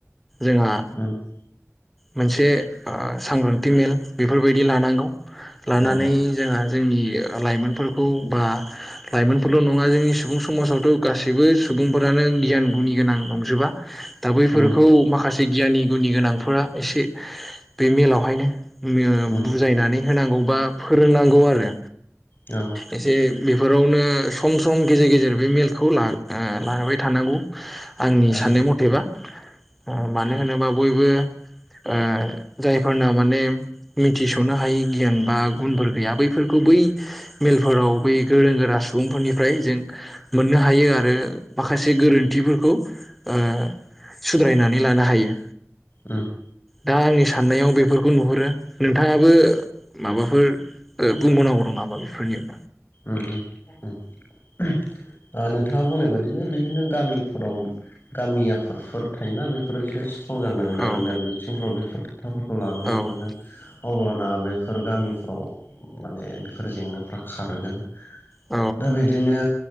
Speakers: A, in the centre; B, on the left.
A: जोंहा
B: उम
A: मोनसे ओ सांग्रांथि मेल बेफोरबायदि लानांगौ लानानै
B: औ
A: जोंहा जोंनि लाइमोनफोरखौ बा लाइमोनफोरल' नङा जोंनि सुबुं समाजावथ' गासैबो सुबुंफोरानो गियान गुनि गोनां नंजोबा दा बैफोरखौ
B: उम
A: माखासे दि गियाननि गुनि गोनांफोरा एसे बे मेलावहायनो ओ
B: उम
A: बुजायनानै होनांगौ बा फोरोंनांगौ आरो
B: औ
A: एसे बेफोरावनो सम सम गेजेर गेजेर बे मेलखौ लाबो ओ लाबाय थानांगौ आंनि
B: औ उम
A: साननाय मथेबा अ मानो होनोबा बयबो ओ जायफोरना माने मिथिस'नो हायि गियान बा गुनफोर गैया बैफोरखौ बै मेलफोराव बै गोरों गोरा सुबुंफोरनिफ्राय जों मोननो हायो आरो माखासे गोरोन्थिफोरखौ ओ सुद्रायनानै लानो हायो
B: ओम
A: दा आंनि साननायाव बेफोरखौ नुहुरो नोंथाङाबो माबाफोर बुंबावनांगौ दं नामा बेफोरनि
B: <unintelligible> दानो बिथाङा बुंनाय बादिनो बिदिनो गामिफोराव गामि आफादफोर थायोना बेफोरो एसे स्ट्रं जानांगोन
A: औ
B: आरो
A: औ
B: मेल मिथिंफ्राव बेफोर <unintelligible> खोथाफोरखौ लाबोनो
A: औ
B: हानांगोन
A: औ
B: अब्लाना बेफोर गामि औ माने बेफोर जेंनाफ्रा खार गोन दा
A: औ
B: बिदिनो